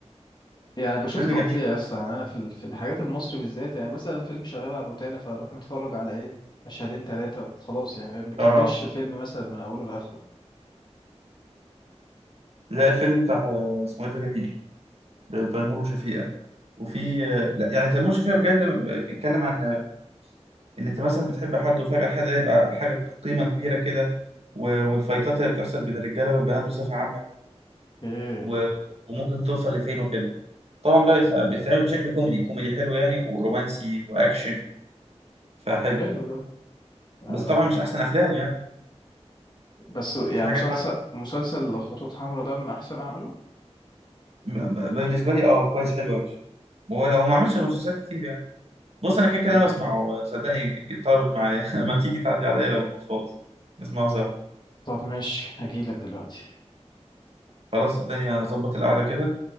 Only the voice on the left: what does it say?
يعني بشوف
تقطيع
يس يعني انا في ال- في الحاجات المصري بالذات يعني مثلا فيلم شغال على روتانا فاروح متفرج على ايه مشهدين ثلاثة خلاص يعني ما بكملش
فيلم مثلا من اوله لاخره
ايه
طب حلو ده آه
بس يعني
مسلسل
مسلسل خطوط حمراء ده من احسن اعماله
اوكي
طب ماشي هجيلك دلوقتي